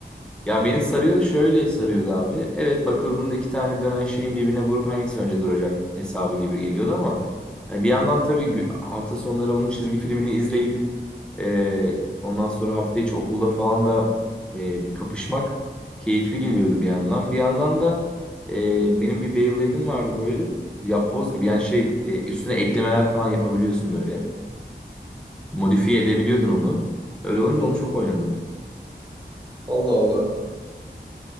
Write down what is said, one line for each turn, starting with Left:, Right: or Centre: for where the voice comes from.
Centre: Ya beni sarıyordu şöyle sarıyordu abi. Evet bakıldığında iki tane dönen şeyin birbirine vurup hangisi önce duracak hesabı gibi geliyordu ama hani bir yandan tabii gü- hafta sonları onun çizgi filmini izleyip e, ondan sonra hafta içi okulda falan da e, kapışmak keyifli geliyordu bir yandan. Bir yandan da e, benim bir Beyblade'im vardı böyle yapboz gibi yani şey e, üstüne eklemeler falan yapabiliyorsun böyle. Modifiye edebiliyordun onu. Öyle olunca
Right: Hı.
Centre: onu çok oynadım.
Right: Allah Allah.